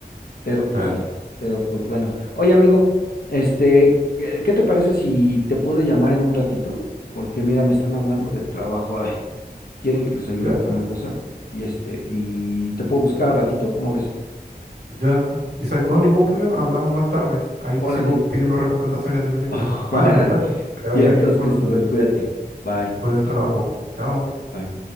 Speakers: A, on the left; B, on the right.
A: Pero pues
B: claro,
A: hijo, pero pues bueno. Oye, amigo, este, ¿qué, qué te parece si te puedo llamar en un ratito? Porque mira, me están hablando del trabajo. <laughs> quieren que les ayude
B: claro.
A: con una cosa y este, y te puedo buscar al ratito, ¿cómo ves?
B: Ya, Isaac, no, ningún problema, hablamos más tarde. Ahí te
A: Órale,
B: sigo pidiendo recomendaciones de películas.
A: <laughs>
B: Vale,
A: órale.
B: nos vemos. Que te vaya
A: Vientos,
B: bien con,
A: Christopher, cuídate. Bye,
B: con el trabajo. Chao.
A: bye.